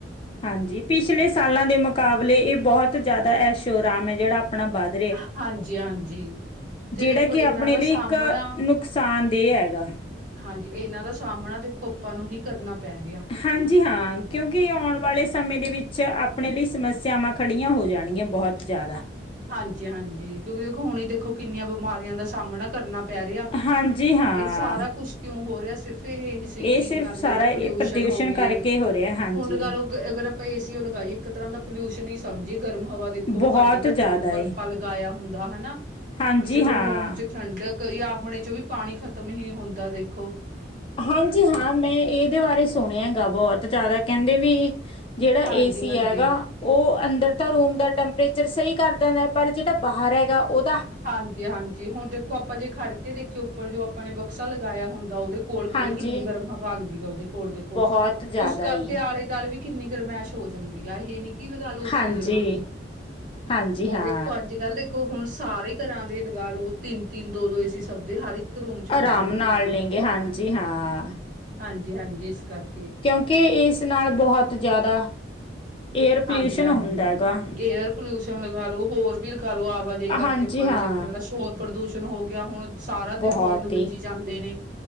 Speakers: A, on the left (about 30°); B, on the right (about 45°).
A: ਹਾਂਜੀ ਪਿਛਲੇ ਸਾਲਾਂ ਦੇ ਮੁਕਾਬਲੇ ਇਹ ਬਹੁਤ ਜ਼ਿਆਦਾ ਐਸ਼ੋਰਾਮ ਹੈ ਜਿਹੜਾ ਆਪਣਾ ਬਾਧ
B: ਹਾਂਜੀ ਹਾਂਜੀ ਤੇ
A: ਜਿਹੜਾ
B: ਦੇਖੋ
A: ਕਿ
B: ਇਹਨਾਂ
A: ਆਪਣੇ
B: ਦਾ
A: ਲਈ
B: ਸਾਹਮਣਾ
A: ਇੱਕ ਨੁਕਸਾਨਦੇਹ ਐਗਾ
B: ਹਾਂਜੀ ਇਹਨਾਂ ਦਾ ਸਾਹਮਣਾ ਦੇਖੋ ਆਪਾਂ ਨੂੰ ਹੀ ਕਰਨਾ ਪੈ ਰਿਹਾ
A: ਹਾਂਜੀ ਹਾਂ ਕਿਉਂਕਿ ਆਉਣ ਵਾਲੇ ਸਮੇਂ ਦੇ ਵਿੱਚ ਆਪ ਆਪਣੇ ਲਈ ਸਮੱਸਿਆਵਾਂ ਖੜੀਆਂ ਹੋ ਜਾਣਗੀਆਂ ਬਹੁਤ ਜ਼ਿਆਦਾ
B: ਹਾਂਜੀ-ਹਾਂਜੀ, ਕਿਉਂਕਿ ਦੇਖੋ ਹੁਣ ਹੀ ਦੇਖੋ ਕਿੰਨੀਆਂ ਬਿਮਾਰੀਆਂ ਦਾ ਸਾਹਮਣਾ ਕਰਨਾ ਪੈ ਰਿਆ,
A: ਹਾਂਜੀ ਹਾਂ
B: ਇਹ ਸਾਰਾ ਕੁਛ ਕਿਉਂ ਹੋ ਰਿਹਾ ਸਿਰਫ ਫਿਰੇ ਏਸੀ
A: ਇਹ ਸਿਰਫ
B: ਕਾਰਨ
A: ਸਾਰਾ
B: ਜੋਗ
A: ਇਹ
B: ਪੋਲੂਸ਼ਨ
A: ਪ੍ਰਦੂਸ਼ਣ
B: ਹੋ
A: ਕਰਕੇ
B: ਗਏ।
A: ਹੋ ਰਿਹਾ ਹਾਂਜੀ।
B: ਹੁਣ, ਲਗਾਲੋ ਅਗਰ ਆਪਾਂ ਏਸੀ ਉਹ ਲਗਾਈਏ ਇੱਕ ਤਰ੍ਹਾਂ ਦਾ ਪੋਲਿਊਸ਼ਨ ਹੀ ਸਮਝੀਏ ਗਰਮ ਹਵਾ ਦੇਖੋ
A: ਬਹੁਤ
B: ਕੱਢ ਦਾ।
A: ਜ਼ਿਆਦਾ
B: ਜਦੋਂ ਉਪਰ
A: ਏ
B: ਆਪਾਂ ਲਗਾਇਆ ਹੁੰਦਾ ਹੈਨਾ,
A: ਹਾਂਜੀ
B: ਵੀ ਚਲੋ
A: ਹਾਂ।
B: ਰੂਮ 'ਚ ਠੰਡਕ ਜਾਂ, ਆਪਣੇ' ਚ ਵੀ ਪਾਣੀ ਖਤਮ ਹੀ ਹੁੰਦਾ ਦੇਖੋ,
A: ਹਾਂਜੀ ਹਾਂ, ਮੈਂ ਏਦੇ ਬਾਰੇ ਸੁਣਿਆ ਹੈਗਾ ਬੋਤ ਜਾਦਾ ਕੈਂਦੇ ਵੀ ਜੇੜਾ
B: ਹਾਂਜੀ
A: ਏਸੀ
B: ਹਾਂਜੀ
A: ਹੈਗਾ ਓ ਅੰਦਰ ਤਾਂ ਰੂਮ ਦਾ ਟੈਂਪਰੇਚਰ ਸਹੀ ਕਰ ਦੇਂਦਾ ਪਰ, ਜੇੜਾ ਬਾਹਰ ਹੈਗਾ ਓ
B: ਹਾਂਜੀ-ਹਾਂਜੀ, ਹੁਣ ਦੇ ਖੋ ਆਪਾਂ ਜੇ ਖੜ ਕੇ ਦੇਖਿਓ ਉੱਪਰ ਜੋ ਆਪਾਂ ਨੇ ਬਕਸਾ ਲਗਾਇਆ ਹੁੰਦਾ ਓਦੇ ਕੋਲ
A: ਹਾਂਜੀ
B: ਖੜੇ ਕਿੰਨੀ ਗਰਮ ਹਵਾ ਆਂਦੀ। ਓਦੇ ਕੋਲ ਦੇਖੋ,
A: ਬਹੁਤ ਜ਼ਿਆਦਾ
B: ਉਸ ਕਰਕੇ
A: ਹੀ
B: ਆਲੇ-ਦੁਆਲੇ ਵੀ ਕਿੰਨੀ ਗਰਮੈਸ਼ ਹੋ ਜਾਂਦੀ ਇਹ ਨੀ ਕੀ ਲਗਾ ਲੋ ਓਸੀ
A: ਹਾਂਜੀ
B: ਜਗ੍ਹਾ
A: ਹਾਂਜੀ
B: ਓ
A: ਹਾਂ
B: ਦੇਖੋ ਅੱਜ-ਕੱਲ੍ਹ ਦੇ ਦੇਖੋ, ਹੁਣ ਸਾਰੇ ਘਰਾਂ ਦੇ ਲਗਾ ਲਓ ਤਿੰਨ-ਤਿੰਨ, ਦੋ-ਦੋ ਏਸੀ ਸਭ ਦੇ ਹਰ ਇੱਕ ਰੂਮ' ਚ ਹੁੰਦੇ
A: ਆਰਾਮ
B: ਨੇ
A: ਨਾਲ
B: ਠੀਕ,
A: ਲੈਂਗੇ ਹਾਂਜੀ ਹਾਂ
B: ਹਾਂਜੀ-ਹਾਂਜੀ, ਇਸ ਕਰਕੇ
A: ਕਿਉਂਕਿ ਏਸ ਨਾਲ ਬਹੋਤ ਜਾਦਾ ਏਅਰ ਪੋਲਿਊਸ਼ਨ
B: ਹਾਂਜੀ ਹਾਂਜੀ
A: ਹੁੰਦਾ ਹੈਗਾ।
B: ਏਅਰ ਪੋਲਿਊਸ਼ਨ ਲਗਾ ਲੋ, ਹੋਰ ਵੀ ਲਗਾਲੋ ਆਵਾਜਾਈ ਕਰਕੇ
A: ਹਾਂਜੀ
B: ਆਪਾਂ
A: ਹਾਂ
B: ਨੇ ਦੇਖੋ ਹੋਰ ਪ੍ਰਦੂਸ਼ਣ ਹੋ ਗਿਆ ਹੁਣ, ਸਾਰਾ
A: ਬਹੁਤ
B: ਦਿਨ ਹੋਰਨ ਵੱਜੀ
A: ਹੀ
B: ਜਾਂਦੇ ਨੇ।